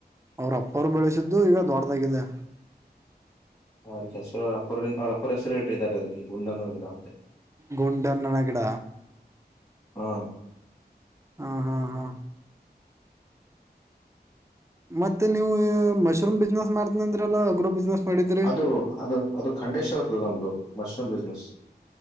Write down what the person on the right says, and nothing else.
ಅವ್ರ ಅಪ್ಪ ಅವರು ಬೆಳೆಸಿದ್ದು ಈಗ ದೊಡ್ದಾಗಿದೆ
ಗುಂಡನ ಗಿಡ
ಹಾ ಹಾ ಹಾ ಮತ್ತೆ ನೀವು ಮಶ್ರೂಮ್ ಬಿಸ್ನೆಸ್ ಮಾಡ್ತ್ನ್ ಅಂದ್ರಲ್ಲ ಅಗ್ರೋ ಬಿಸ್ನೆಸ್ ಮಾಡಿದ್ರಿ